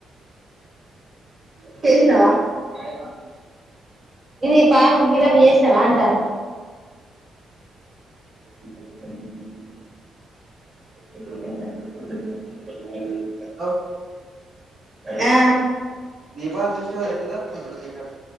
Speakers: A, on the right (about 25°); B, on the right (about 60°).
A: పోయినవా అదే పంపించింది ఇది పాము ఫిలప్ చేసినవ అంటాన <inaudible> <inaudible>
B: బ్రో
A: ఆ
B: దీపావళి ఫెస్టివల్ ఎట్లా జరుపుకుంటారు మీ కాడ